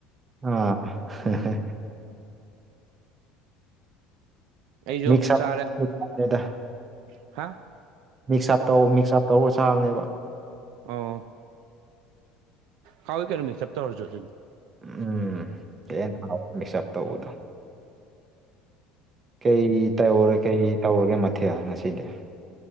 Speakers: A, on the right; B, on the right.
A: ꯑꯥ ꯍꯥ ꯍꯥ
B: ꯑꯩꯁꯨ
A: ꯃꯤꯁꯞꯗ
B: ꯆꯥꯔꯦ
A: ꯆꯠꯂꯦꯗ
B: ꯍꯥ
A: ꯃꯤꯛꯁ ꯑꯞ ꯇꯧ ꯃꯤꯛꯁ ꯑꯞ ꯇꯧꯔꯒ ꯆꯥꯕꯅꯦꯕ
B: ꯑꯣ ꯀꯥꯎ ꯀꯩꯅ ꯃꯤ ꯁꯞꯇ ꯑꯣꯏꯔꯖ ꯑꯗꯨ <inaudible>
A: ꯎꯝ ꯍꯦꯟꯅ ꯍꯥꯎꯕꯅꯦ ꯃꯤꯛꯁꯑꯞ ꯇꯧꯕꯗꯣ ꯀꯩ ꯇꯧꯔꯦ ꯀꯩ ꯇꯧꯔꯒꯦ ꯃꯊꯦꯜ ꯉꯁꯤꯗꯤ